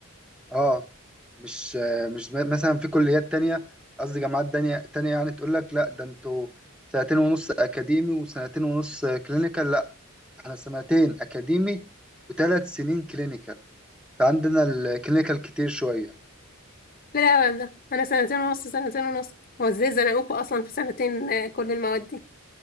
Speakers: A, in the centre; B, on the left (about 40°).
A: اه مش مش مثلا في كليات تانية قصدي جامعات تانية تانية يعني تقول لك لا ده انتوا سنتين ونص أكاديمي وسنتين ونص كلينيكال لا احنا سنتين أكاديمي وثلاث سنين كلينيكال فعندنا الكلينيكال كتير شوية
B: لا والله انا سنتين ونص سنتين ونص هو ازاي زنقوكوا اصلا في سنتين آه، كل المواد دي